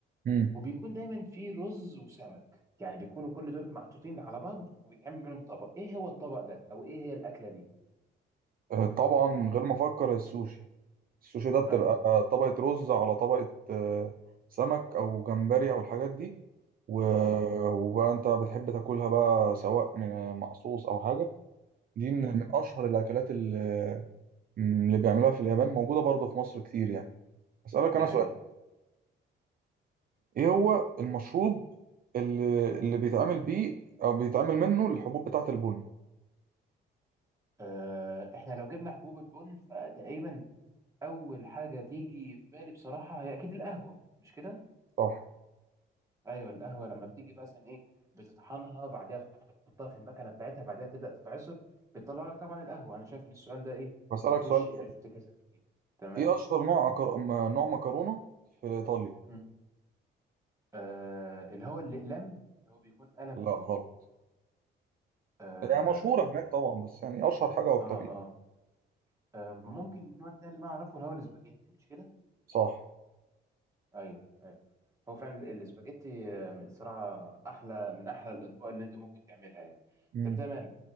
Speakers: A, on the right; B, on the right.
A: مم.
B: وبيكون دايما فيه رز وسمك يعني بيكونوا كل دول محطوطين على بعض وبيتعمل منهم طبق ايه هو الطبق ده او ايه هي الاكله دي
A: آه، طبعا من غير ما أفكر السوشي السوشي ده بتبقى
B: ايوه
A: طبقة رز على طبقة آه، سمك أو جمبري أو الحاجات دي و-
B: اه
A: وبقى أنت بتحب تاكلها بقى سواء من مع صوص أو حاجة دي من
B: امم
A: من أشهر الأكلات اللي اللي بيعملوها في اليابان موجودة برضه في مصر كتير يعني أسألك
B: دي
A: أنا
B: حقيقة
A: سؤال إيه هو المشروب اللي, اللي بيتعمل بيه أو بيتعمل منه الحبوب بتاعة البن
B: آه احنا لو جبنا حبوب البن فتقريبا اول حاجة تيجي في بالي بصراحة هي اكيد القهوة مش كده
A: صح
B: ايوه القهوة لما بتيجي مثلا ايه بتطحنها بعدها تحطها في المكنة بتاعتها بعدها تبدأ تتعصر بتطلع لك طبعا القهوة انا شايف ان السؤال ده ايه
A: بسألك
B: ما فيهوش
A: سؤال تاني
B: افتكاسات كتير تمام
A: إيه أشهر نوع أكر... م- نوع مكرونة في إيطاليا؟
B: مم. آه اللي هو الاقلام اللي هو بيكون قلم
A: لا
B: كده
A: غلط
B: آه,
A: هي يعني مشهورة هناك طبعا بس يعني أشهر حاجة أكتر
B: اه اه آه، ممكن النوع التاني اللي انا اعرفه اللي هو الاسباجيتي مش كده
A: صح
B: ايوه أيوة. هو فعلا ال- الاسباجيتي آه، صراحة أحلى من أحلى الأطباق اللي أنت ممكن تعملها يعني
A: مم.
B: طب تمام